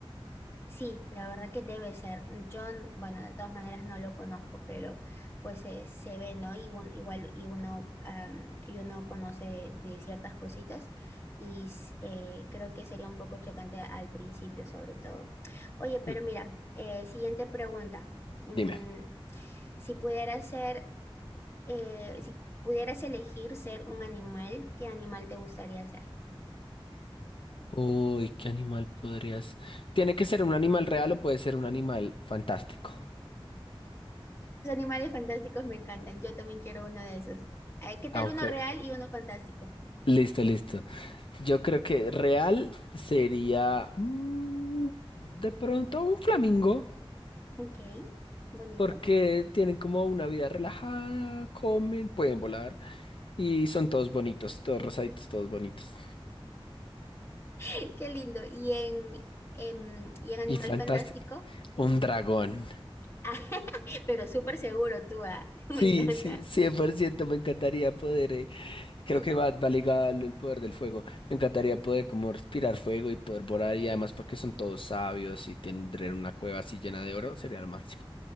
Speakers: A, on the left; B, on the left.
A: Sí, la verdad que debe ser. Yo, n- bueno, de todas maneras no lo conozco, pero pues eh, se ve, ¿no? Y un- igual, y uno, am, y uno conoce de ciertas cositas y s- eh, creo que sería un poco chocante al principio, sobre todo. Oye, pero
B: Mm,
A: mira, eh, siguiente pregunta. Mm,
B: Dime.
A: si pudieras ser, eh, si pudieras elegir ser un animal, ¿qué animal te gustaría ser?
B: Uy, ¿qué animal podrías? ¿Tiene que ser un animal real o puede ser un animal fantástico?
A: Los animales fantásticos me encantan. Yo también quiero uno de esos. Ay, ¿qué tal
B: Ah, ok.
A: uno real y uno fantástico?
B: Listo, listo. Yo creo que real sería mm, de pronto un flamingo,
A: Ok, bonito.
B: porque tienen como una vida relajada, comen, pueden volar y son todos bonitos, todos rosaditos, todos bonitos.
A: <laughs> Qué lindo. Y en, em, y en animal
B: Y fantástico.
A: fantástico,
B: Un dragón.
A: <laughs> Ah, pero súper seguro tú, ah. <laughs> Me
B: Sí,
A: encanta.
B: sí, 100% me encantaría poder eh, Creo
A: Y-
B: que va, va ligado al al poder del fuego. Me encantaría poder como respirar fuego y poder volar y además porque son todos sabios y tendré una cueva así llena de oro sería lo máximo.